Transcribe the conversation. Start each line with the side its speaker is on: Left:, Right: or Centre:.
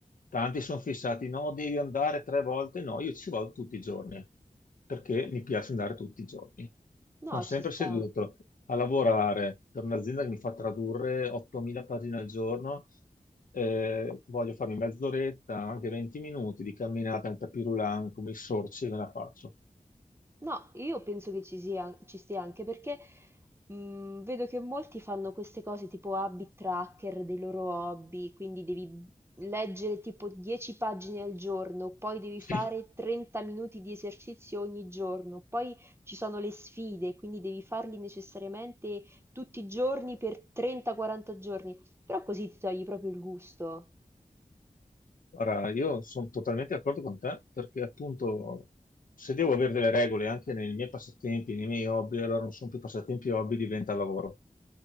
Left: tanti sono fissati, no, devi andare tre volte, no, io ci vado tutti i giorni, perché
Right: Mm.
Left: mi piace andare tutti i giorni.
Right: No,
Left: Sono sempre
Right: ci sta.
Left: seduto a lavorare per un'azienda che mi fa tradurre 8.000 pagine al giorno, eh, voglio farmi mezz'oretta, anche 20 minuti di camminata in tapis roulant, come i sorci, e me la faccio.
Right: No, io penso che ci sia, ci stia anche perché mh, vedo che molti fanno queste cose tipo habit tracker dei loro hobby, quindi devi leggere tipo 10 pagine al giorno, poi devi
Left: <laughs>
Right: fare 30 minuti di esercizio ogni giorno, poi ci sono le sfide, quindi devi farli necessariamente tutti i giorni per 30-40 giorni, però così ti togli proprio il gusto,
Left: Ora, io sono totalmente d'accordo con te perché appunto se devo avere delle regole anche nei miei passatempi, nei miei hobby, allora non sono più passatempi e hobby, diventa lavoro.